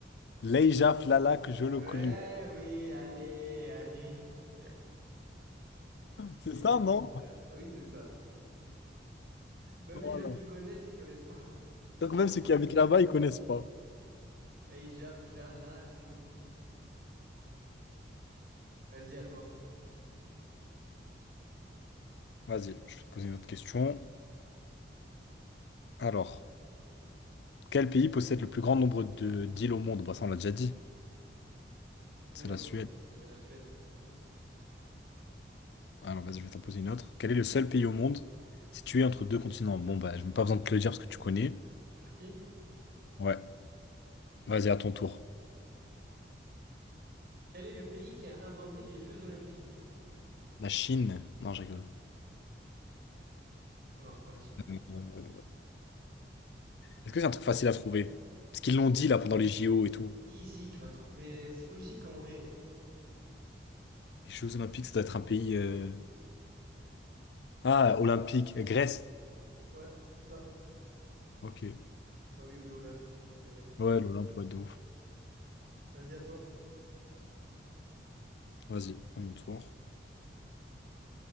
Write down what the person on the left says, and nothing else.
Leija Flalak Jolokulu,
c'est
ça, non?
Voilà.
Donc
même
ceux qui
habitent là-bas, ils connaissent pas.
Vas-y, je vais te poser une autre question. Alors, quel pays possède le plus grand nombre de d'îles au monde? Bah ça, on l'a déjà dit.
C'est
la Suède.
Alors vas-y, je vais t'en poser une autre. Quel est le seul pays au monde situé entre deux continents? Bon, bah, je n'ai pas besoin de te le dire parce que tu connais.
Ouais, vas-y, à ton tour.
La Chine? Non, je rigole.
Euh, Est-ce que c'est un truc facile à trouver? Parce qu'ils l'ont dit là pendant les JO et tout.
Les Jeux Olympiques, ça doit être un pays. euh, Ah, olympique, Grèce.
Ok.
Ouais, l'Olympe, ouais, de ouf.
Vas-y, à mon tour.